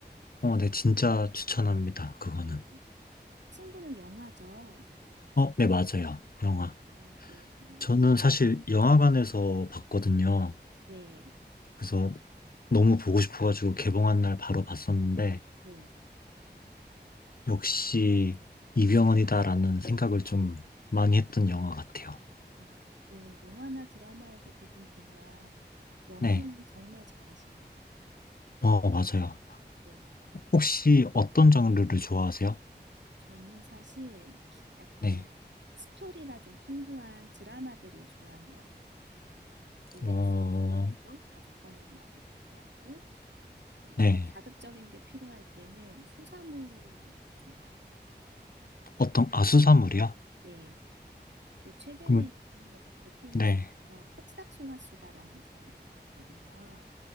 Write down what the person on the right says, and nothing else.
음, 친구는 영화죠.
아, 네.
네,
네.
아, 네, 영화나 드라마에서 그분 보면 연기는
정말 잘하시는. 것
같아요. 네,
저는 사실 약간
스토리가 좀 풍부한 드라마들을 좋아해요. 어, 로맨스
좋아하고 가족 간의 이야기도 좋아하고 또
약간 자극적인 게 필요할 때는 수사물도 좀 봐요.
네, 근데 최근에는
넷플릭스에서
폭삭 속았수다라는 드라마를 봤거든요.